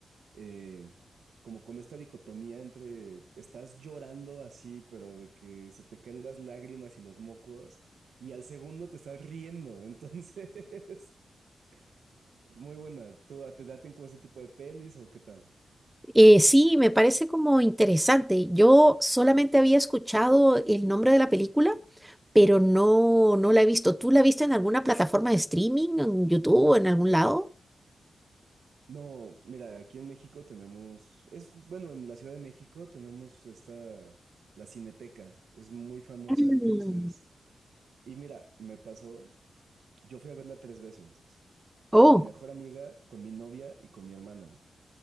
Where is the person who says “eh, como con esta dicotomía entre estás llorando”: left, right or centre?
Right